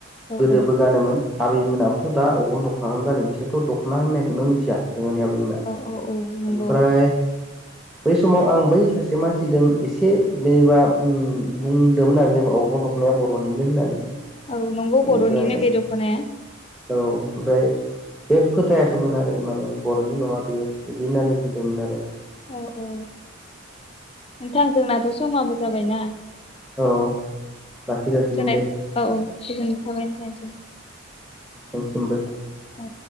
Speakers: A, on the left; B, in the centre.
A: औ
B: गोदोबो गानोमोन आबैमोनाबोथ' दा अगन दख'नाखौनो गानो बिसोरथ' दख'ना होननायखौनो मिथिया जोंङोनि आबैमोना
A: औ औ औ नंगौ
B: ओमफ्राय बै समाव आं बै सासे मानसिजों एसे जेनेबा ओ बुंदोंमोन आरो जेनेबा अवग्रं दखनाया बर'निनो होननानै
A: औ नंगौ
B: बेनिफ्राय
A: बर'निनो बे दख'नाया
B: औ ओमफ्राय बे फोथायाखैमोन आरो माने बर'नि नङा बियो बिदि होननानै बुंदोंमोन आरो
A: औ औ नोंथां जोंनाथ' समाबो जाबायनाा
B: औ लाखि जासिगोन
A: ज
B: दे होमबा
A: औ औ हाब
B: नोंांसिमबो
A: उ